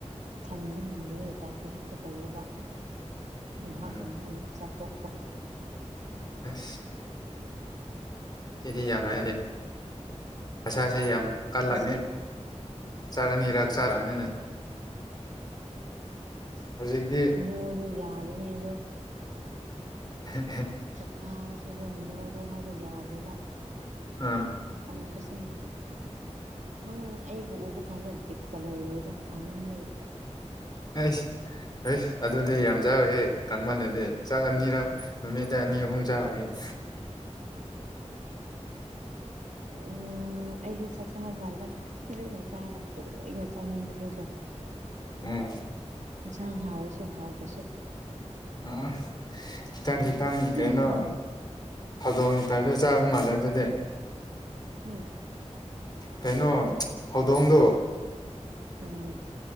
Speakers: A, on the right; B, on the left.
A: ꯊꯟꯕ ꯉꯝꯗꯕꯒꯤ ꯇꯥꯏꯞꯇ ꯍꯦꯛꯇ ꯇꯧꯋꯦꯕ ꯉꯥꯏꯍꯥꯛ
B: ꯎꯝ
A: ꯑꯃꯨꯛ ꯆꯥꯊꯣꯛꯄ
B: ꯑꯁ ꯁꯤꯗꯤ ꯌꯥꯝꯦ ꯑꯁꯁ ꯌꯥꯝ ꯀꯜꯂꯅꯤ
A: ꯑꯁ
B: ꯆꯥꯅꯤꯔꯛ ꯆꯥꯔꯛꯑꯅꯤꯅꯦ ꯍꯧꯖꯤꯛꯇꯤ
A: ꯅꯣꯡꯖ ꯌꯥꯗꯅꯦ ꯍꯥꯏꯗ
B: ꯍ
A: ꯆꯥꯛ ꯆꯥꯔꯁꯨꯒ ꯅꯂꯨ ꯍꯥꯏꯕ ꯌꯥꯗꯦꯕ
B: ꯑꯥ
A: ꯇꯥꯡꯗ ꯁꯃ ꯅꯪ ꯑꯩꯕꯨ ꯎꯕ ꯀꯥꯟꯗ ꯕꯤꯛꯀ ꯂꯩꯔꯣꯏꯗ ꯀꯪꯍꯟꯕꯔꯦ
B: ꯁ ꯍꯁ ꯑꯗꯨꯗꯤ ꯌꯥꯝ ꯆꯥꯎꯍꯦ ꯀꯃꯜꯗꯗꯤ ꯆꯥꯛ ꯑꯅꯤꯔ ꯅꯨꯃꯤꯠꯇ ꯑꯅꯤ ꯑꯍꯨꯝ ꯆꯥꯎꯋꯍꯦ ꯑꯝ
A: ꯎꯝ ꯑꯩꯁꯦ ꯆꯥꯛ ꯆꯥꯔ ꯗꯨꯀꯥꯟꯗ ꯈꯈꯤꯖꯤꯛ ꯈꯤꯖꯤꯛ ꯆꯥꯔꯒ ꯇꯣꯏꯅ ꯆꯥꯅꯤꯡꯕ ꯈꯣꯏꯗꯣ
B: ꯎꯝ
A: ꯌꯦꯟꯁꯥꯡ ꯍꯥꯎꯋꯁꯨ ꯍꯥꯎꯔ꯭ꯔꯁꯨ
B: ꯑ ꯈꯤꯇꯪ ꯈꯤꯇꯪ
A: ꯎꯝ
B: ꯀꯩꯅꯣ ꯍꯧꯗꯣꯡꯉ ꯁꯗꯣ ꯆꯥꯕ ꯃꯥꯜꯂꯦ ꯑꯗꯨꯗꯤ
A: ꯎꯝ
B: ꯀꯩꯅꯣ ꯍꯧꯗꯣꯡꯗꯣ
A: ꯎꯝ